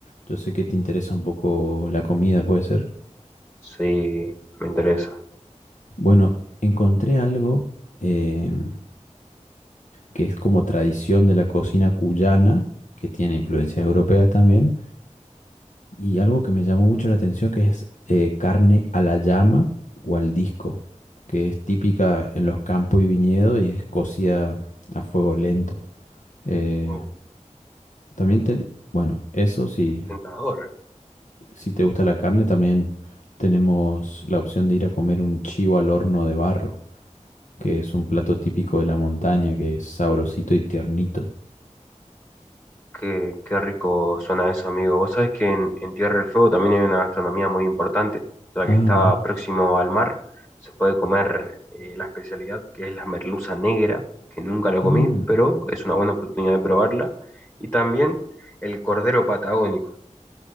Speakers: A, on the left; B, on the left.
A: Yo sé que te interesa un poco la comida, ¿puede ser?
B: Sí, me interesa.
A: Bueno, encontré algo em, que es como tradición de la cocina cuyana, que tiene influencias europeas también, y algo que me llamó mucho la atención que es eh, carne a la llama o al disco, que es típica en los campos y viñedos y es cocida a fuego lento. Eh,
B: Wow,
A: también, te- bueno, eso sí,
B: tentador.
A: si te gusta la carne, también tenemos la opción de ir a comer un chivo al horno de barro que es un plato típico de la montaña, que es sabrosito y tiernito.
B: Qué, qué rico suena eso, amigo. Vos sabés que en, en Tierra del Fuego también hay una gastronomía muy importante, ya
A: Ah,
B: que está
A: mira.
B: próximo al mar. Se puede comer eh, la especialidad que es la merluza negra, que nunca lo comí,
A: Mm,
B: pero es una buena oportunidad de probarla. Y también el cordero patagónico,